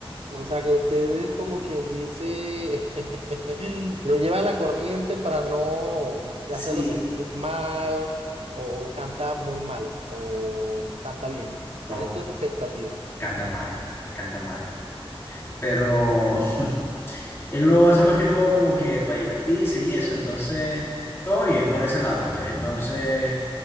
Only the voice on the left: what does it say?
Sí,
no,
canta mal, canta mal. pero <laughs> él lo hace más que todo como que para divertirse y eso, entonces todo bien por ese lado, pues entonces